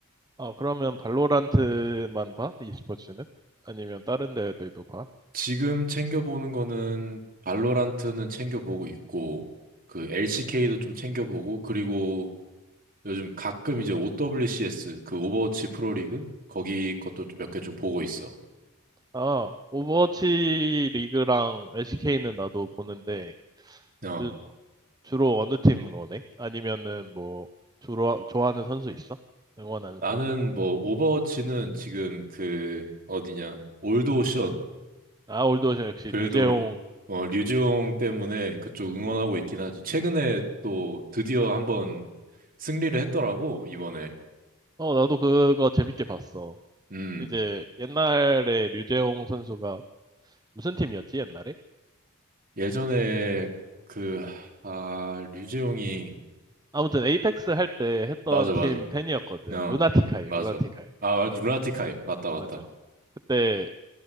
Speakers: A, on the right; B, on the right.
A: 어, 그러면 발로란트만 봐? e스포츠는? 아니면 다른 대회들도 봐?
B: 지금 챙겨보는 거는 발로란트는 챙겨보고 있고 그 LCK도 좀 챙겨보고 그리고 요즘 가끔 이제 OWCS 그 오버워치 프로리그 거기 것도 몇 개 좀 보고 있어.
A: 아, 오버워치 리그랑 LCK는 나도 보는데,
B: 어.
A: 그- 주로 어느 팀 응원해? 아니면은 뭐, 주로, 좋아하는 선수 있어? 응원하는
B: 나는
A: 선수?
B: 뭐 오버워치는 지금 그 어디냐 올드 오션
A: 아, 올드오션 역시
B: 그래도
A: 류재홍.
B: 류- 어, 류지용 때문에 그쪽 응원하고 있긴 하지. 최근에 또 드디어 한번 승리를 했더라고, 이번에.
A: 어, 나도 그거 재밌게 봤어.
B: 음.
A: 이제 옛날에 류재홍 선수가 무슨 팀이었지, 옛날에?
B: 예전에 그, 아, 류지용이,
A: 아무튼 에이펙스 할 때 했던
B: 맞아,
A: 팀
B: 맞아.
A: 팬이었거든.
B: 어,
A: 루나티카이,
B: 맞아.
A: 루나티카이.
B: 아,
A: 어,
B: 맞- 루나티카이. 맞다, 맞다.
A: 맞아. 그때